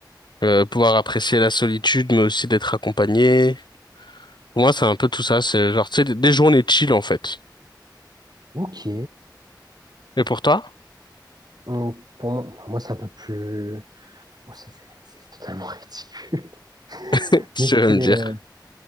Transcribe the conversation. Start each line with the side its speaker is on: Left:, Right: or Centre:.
Left: euh, pouvoir apprécier la solitude, mais aussi d'être accompagné. Pour moi, c'est un peu tout ça. C'est genre, tu sais, des des journées chill, en fait.
Right: Ok.
Left: Et pour toi?
Right: Hum, Pour mon- moi, c'est un peu plus... bon, c'est c'est- c'est totalement <laughs> ridicule.
Left: <laughs> Tu
Right: Mais c'est
Left: vas me dire.
Right: euh,